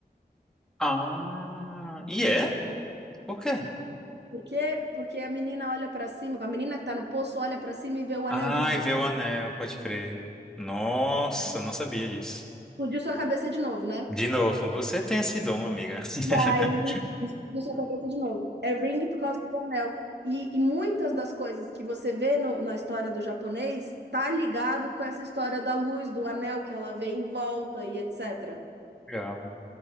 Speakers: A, in the centre; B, on the right (about 85°).
A: Ah, e é? Por quê?
B: Porque, porque a menina olha pra cima, a menina que tá no poço olha pra cima e vê o
A: Ai,
B: anel de luz.
A: vê o anel, pode crer. Nossa, não sabia disso.
B: Explodiu sua cabeça de novo, né?
A: De novo, você tem esse dom, amiga. <laughs>
B: E aí, explodiu sua cabeça de novo. É ring por causa do anel. E, e muitas das coisas que você vê no- na história do japonês tá ligado com essa história da luz, do anel que ela vê em volta e etc.
A: Legal,